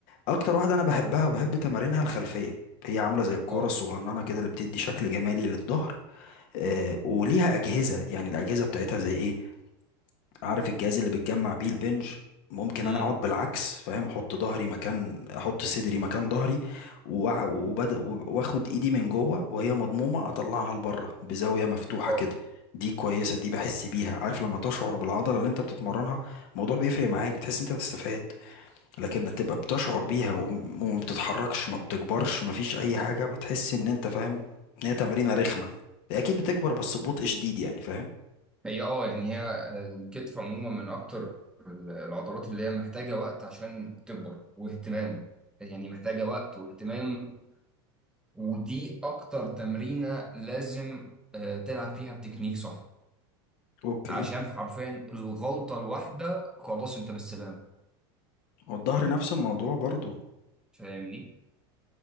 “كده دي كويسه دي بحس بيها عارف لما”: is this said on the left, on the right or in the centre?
Left